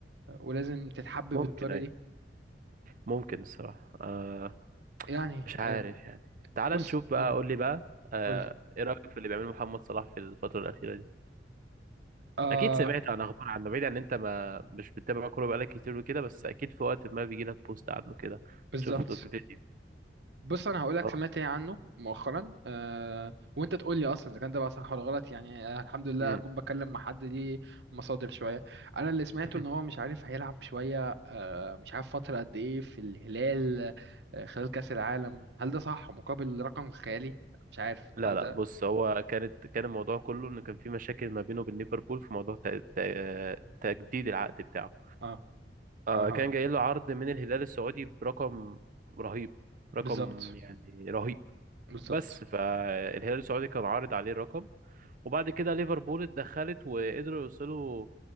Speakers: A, on the right; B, on the right.
A: ولازم تتحب
B: ممكن
A: بالطريقه
B: ايوه
A: دي
B: ممكن الصراحة آه
A: يعني
B: مش عارف
A: آه
B: يعني تعال
A: بص
B: نشوف بقى
A: آه،
B: قول لي بقى آه
A: قولي
B: ايه رأيك في اللي بيعمله محمد صلاح في الفترة الأخيرة دي
A: اه
B: اكيد سمعت عن اخبار عنه بعيد عن انت ما مش بتتابع كوره بقالك كتير وكده بس اكيد في وقت ما بيجي لك بوست عنه كده
A: بالظبط
B: تشوف له فيديو
A: بص انا هقول لك
B: اه
A: سمعت ايه عنه مؤخرا أه وانت تقول لي اصلا اذا كان ده بقى صح ولا غلط يعني آه، الحمد لله
B: امم
A: اكون بكلم مع حد ليه مصادر شويه انا اللي سمعته
B: <laughs>
A: ان هو مش عارف هيلعب شويه آه، مش عارف فتره قد ايه في الهلال آه، خلال كاس العالم هل ده صح مقابل رقم خيالي مش عارف
B: لا
A: هل
B: لا
A: ده
B: بص هو كانت كان الموضوع كله ان كان في مشاكل ما بينه وبين ليفربول في موضوع ت- ت- تجديد العقد بتاعه
A: اه
B: آه
A: اها
B: كان جاي له عرض من الهلال السعودي برقم رهيب رقم
A: بالظبط
B: يعني رهيب
A: بالظبط
B: بس فالهلال السعودي كان عارض عليه رقم وبعد كده ليفربول اتدخلت وقدروا يوصلوا